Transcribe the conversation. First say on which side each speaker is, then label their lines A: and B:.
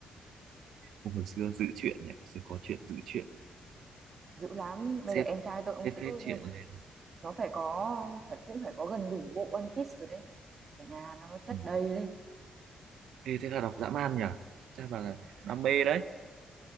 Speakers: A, on the right; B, on the right.
A: Hôm hồi xưa giữ chuyện nhỉ xưa có chuyện giữ chuyện
B: dữ lắm bây
A: xếp
B: giờ em trai tôi ông
A: xếp
B: giữ
A: hết chuyện
B: nhưng mà
A: lên
B: nó phải có phải cũng phải có gần đủ bộ One Piece rồi đấy ở nhà nó chất
A: ừ.
B: đầy lên
A: Ê, thế là đọc dã man nhỉ chắc bà là đam mê đấy